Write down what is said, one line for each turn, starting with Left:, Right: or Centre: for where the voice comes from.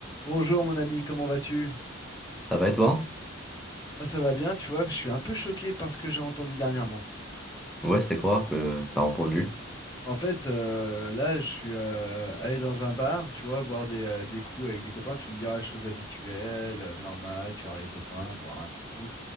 Left: Bonjour mon ami, comment vas-tu?
Centre: Ça va et toi?
Left: Moi, ça va bien, tu vois, je suis un peu choqué par ce que j'ai entendu dernièrement.
Centre: Ouais, c'est quoi que t'as entendu?
Left: En fait, euh, là, je suis euh, allé dans un bar, tu vois, boire des, euh, des coups avec des copains, tu me diras, chose habituelle, euh, normales. tu vois les copains, boire un coup.